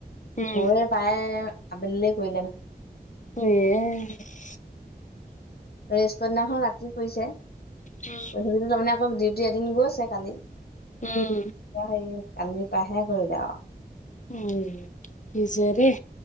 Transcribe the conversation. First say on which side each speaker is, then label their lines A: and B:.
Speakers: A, on the left; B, on the left.
A: উম
B: গৈ পায় আবেলিলেই কৰিলে নহয়।
A: উম। <unintelligible>
B: ৰেষ্টৰ দিনাখন ৰাতি কৰিছে।
A: উম।
B: এইকেইদিন তাৰমানে আকৌ ডিউটি এদিন গৈছে কালি।
A: উম।
B: এতিয়া হেৰি, কালি পাইহে কৰিলে আৰু।
A: উম, কি যে দেই।